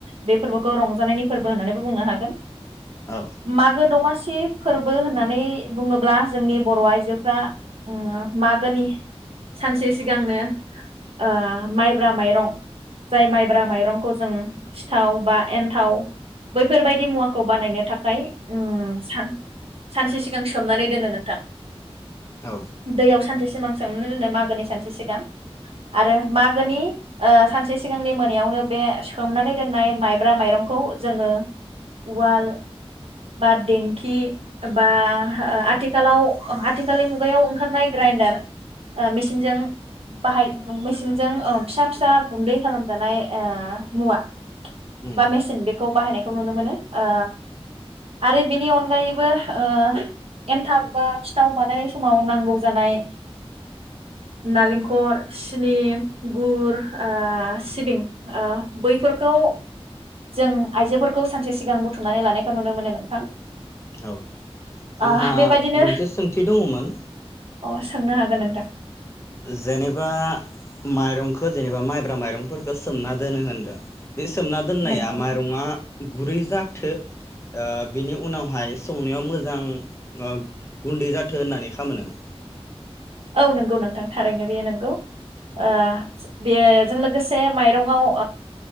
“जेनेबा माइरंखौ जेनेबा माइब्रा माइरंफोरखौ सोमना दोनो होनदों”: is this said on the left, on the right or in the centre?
Left